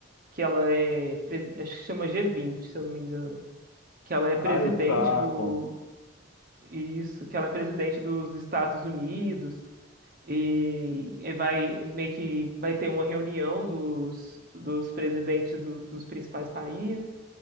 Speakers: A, on the right; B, on the left.
A: que ela é, presi- acho que chama G20, se eu não me engano. Que ela é presidente
B: ah, eu saco.
A: do, isso, que ela é presidente dos Estados Unidos e, e vai meio que vai ter uma reunião dos, dos presidentes do- dos principais países